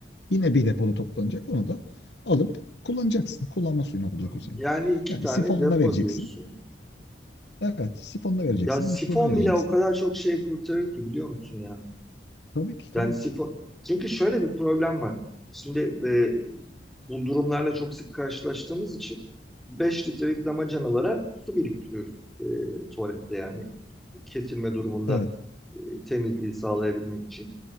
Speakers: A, on the left; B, in the centre.
A: yine bir depoda toplanacak. Onu da alıp kullanacaksın. Kullanma suyun olacak
B: Hmm.
A: o senin.
B: Yani iki
A: Yani
B: tane
A: sifonla
B: depo
A: vereceksin.
B: diyorsun.
A: Evet, sifonla vereceksin,
B: Ya sifon
A: musluğuna vereceksin.
B: bile o kadar çok şey kurtarır ki biliyor musun yani?
A: Tabii ki, tabii
B: Yani sifon.
A: ki.
B: Çünkü şöyle bir problem var. Şimdi e, bu durumlarla çok sık karşılaştığımız için 5 litrelik damacanalara su biriktiriyoruz e, tuvalette yani kesilme durumunda
A: Evet.
B: e, temizliği sağlayabilmek için.